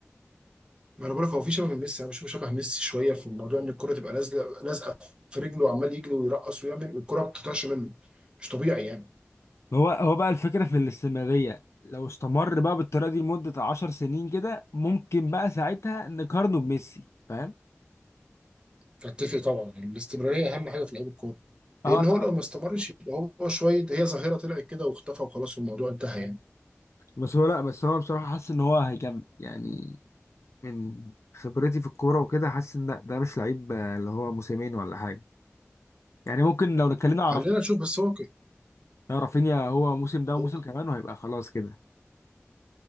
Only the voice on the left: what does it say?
هو هو بقى الفكرة في الاستمرارية لو استمر بقى بالطريقة دي لمدة عشر سنين كده ممكن بقى ساعتها نقارنه بميسي فاهم؟
اه
طبعا
بس هو لا بس هو بصراحة حاسس ان هو هيكمل يعني من خبرتي في الكورة وكده حاسس ان لا ده مش لعيب آه، اللي هو موسمين ولا حاجة يعني ممكن لو اتكلمنا على
رافينيا
لا، رافينيا هو موسم ده وموسم
كمان وهيبقى خلاص كده